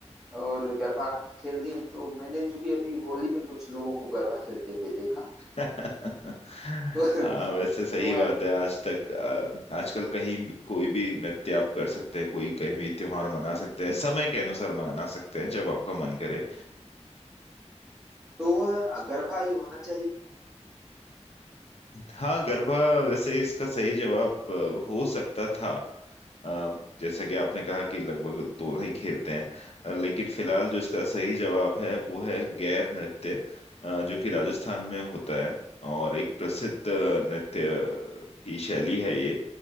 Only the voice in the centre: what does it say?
और गरबा खेलनी है तो मैंने चूंकि अभी होली में कुछ लोगों को गरबा खेलते हुए देखा
तो
तो वह
तो वह गरबा ही होना चाहिए